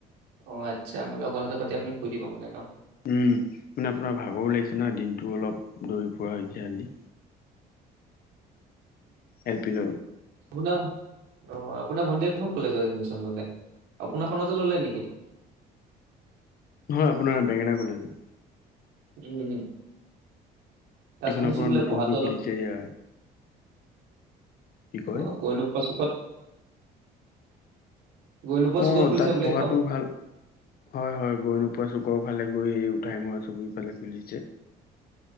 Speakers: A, on the right; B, on the left.
A: অ, আচ্ছা মোৰ লগত কথাটো পাতি আপুনি শুই দিব মানে ন?
B: উম, মানে আপোনাৰ ভাগৰো লাগিছে না দিনটো অলপ দৌৰি ফুৰা হৈছে আজি। এলপি ল
A: শুনা। অ' আপোনাৰ ভণ্টীয়ে কোন কলেজত এডমিশন ললে। আপোনাৰখনতে ল'লে নেকি? <inaudible>
B: নহয় আপোনাৰ বেঙেনা কলেজত।
A: উম। তাত
B: এইখন
A: শুনিছো
B: আপোনাৰ
A: বোলে
B: নতুনকৈ
A: পঢ়াটো অলপ
B: খুলিছে এয়া কি কয়
A: অহ' গৈ নোপোৱা চুকত গৈ নোপোৱা
B: অ'
A: চুকত খুলিছে
B: তাত
A: বোলে
B: পঢ়াটো
A: সেইখন
B: ভাল। হয় হয় গৈ নোপোৱা চুক। কৰো ফালে গৈ এই উঠাই মুৰা চবুৰীফালে খুলিছে।